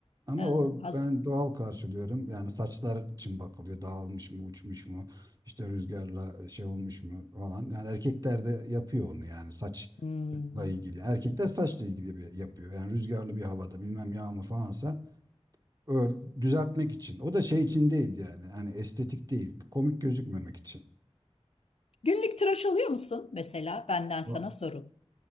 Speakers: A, on the right (about 35°); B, on the left (about 70°).
A: ama
B: e,
A: o
B: haz-
A: ben doğal karşılıyorum. Yani saçlar için bakılıyor. Dağılmış mı, uçmuş mu, işte rüzgarla şey olmuş mu falan. Yani erkekler de yapıyor onu yani saçla
B: Hmm.
A: ilgili. Erkekler saçla ilgili bir yapıyor. Yani rüzgarlı bir havada bilmem yağmur falansa ör- düzeltmek için. O da şey için değil yani. Hani estetik değil. Komik gözükmemek için.
B: Günlük tıraş oluyor musun mesela? Benden
A: Va-
B: sana soru.